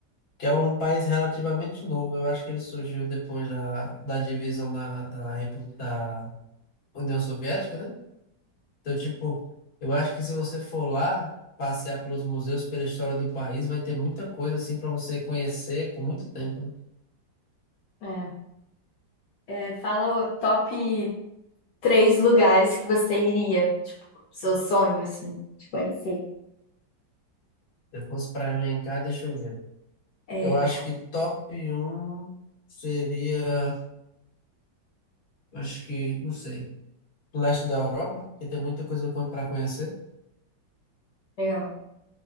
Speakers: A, on the left; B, on the left.
A: Que é um país relativamente novo. Eu acho que ele surgiu depois da, da divisão da, da, Repu- da União Soviética, né? Então, tipo, eu acho que se você for lá passear pelos museus, pela história do país, vai ter muita coisa assim para você conhecer por muito tempo, né?
B: É, é, fala o top três lugares que você iria, tipo, seu sonho, assim, de conhecer.
A: Se eu fosse para elencar, deixa eu ver.
B: É,
A: Eu acho que top um seria, acho que, não sei, leste da Europa, que tem muita coisa para conhecer.
B: legal.